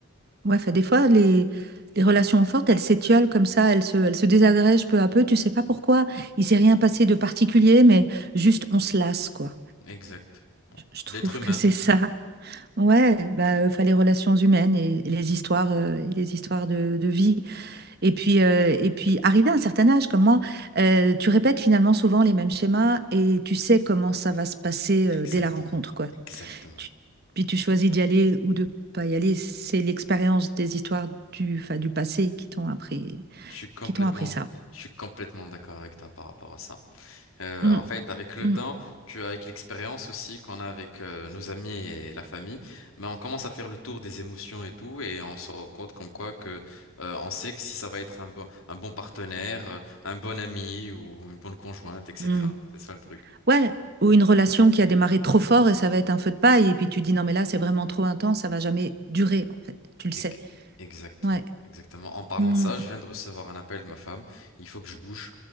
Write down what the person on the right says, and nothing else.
Ouais, fait, des fois, les, les relations fortes, elles s'étiolent comme ça, elles se, elles se désagrègent peu à peu. Tu sais pas pourquoi. Il s'est rien passé de particulier, mais juste on se lasse, quoi.
Je je trouve
que c'est ça. Ouais, bah, euh, enfin, les relations humaines et, et les histoires, euh, et les histoires de, de vie. Et puis, euh, et puis, arrivé à un certain âge, comme moi, euh, tu répètes finalement souvent les mêmes schémas et tu sais comment ça va se passer, euh,
dès la rencontre, quoi
tu- puis tu choisis d'y aller ou de pas y aller. C'est l'expérience des histoires du, enfin, du passé qui t'ont appris,
qui t'ont appris ça.
Mm,
mm,
mm.
Ouais, ou une relation qui a démarré trop fort et ça va être un feu de paille. Et puis tu dis non, mais là, c'est vraiment trop intense, ça va jamais durer, en fait. Tu le
sais.
Ouais.
Mm.